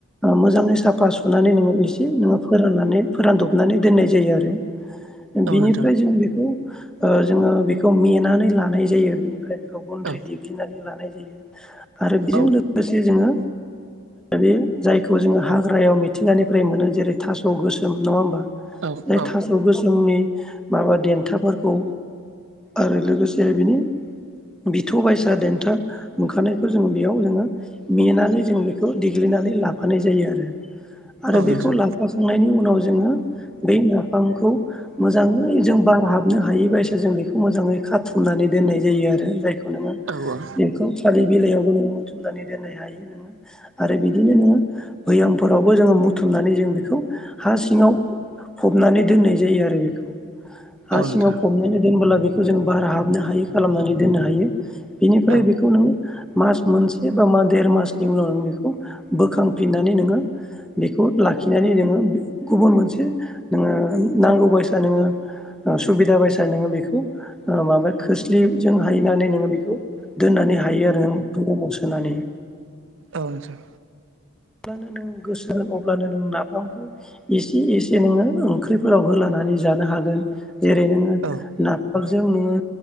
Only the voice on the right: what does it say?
औ
नोंथां
औ
औ
औ
औ
औ नोंथां
औ औ
औ
नोंथां
औ
औ नोंथां
औ